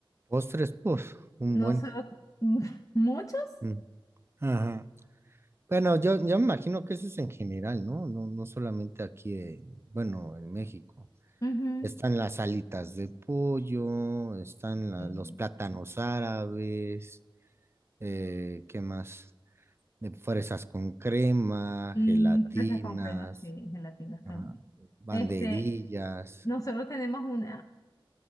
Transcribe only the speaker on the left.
Nosotros,
<laughs> ¿muchos?
Ujú.
Mm,
mm,
fresas con crema, sí, gelatinas
también.
Este, nosotros tenemos una